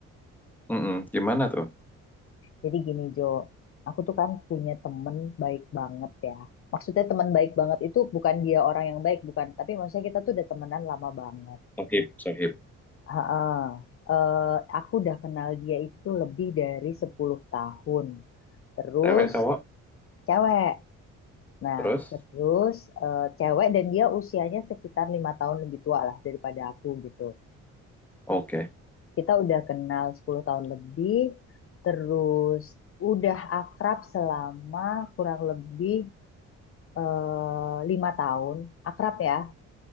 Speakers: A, in the centre; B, on the left.
A: Mm-mm. Gimana tuh?
B: Jadi gini Jo, aku tuh kan punya temen baik banget ya. Maksudnya teman baik banget itu bukan dia orang yang baik, bukan. Tapi maksudnya kita tuh udah temenan lama banget.
A: Sohib, sohib.
B: Heeh. Eh, aku udah kenal dia itu lebih dari 10 tahun. Terus
A: Cewek, cowok,
B: cewek. Nah,
A: terus?
B: terus eh, cewek dan dia usianya sekitar lima tahun lebih tua lah daripada aku gitu.
A: Oke,
B: Kita udah kenal 10 tahun lebih. Terus udah akrab selama kurang lebih eh, lima tahun, akrab ya,